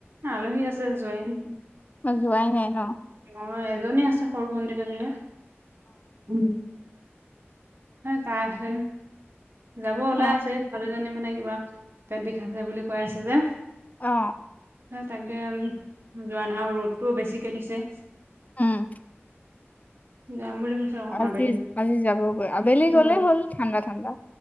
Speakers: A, on the right (about 60°); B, on the left (about 35°).
A: আলহী আছে জোৱাই নাই
B: অ যোৱাই নাই ন
A: অ এজনী আছে সৰু ভণ্টিজনীৰে অ অ তাই আহে যাব ওলাই
B: অ
A: আছে ছোৱালীজনী মানে কিবা পেট বিখাইছে বুলি কৈ আছে যে
B: অ
A: তাকে যোৱা নাই আৰু ৰ'দটো বেছিকে দিছে
B: উম
A: যাম বুলি কৈছে অকণ
B: আজি
A: আবেলি
B: আজি যাব গৈ আবেলি গ'লেই
A: উম
B: হ'ল ঠাণ্ডা ঠাণ্ডা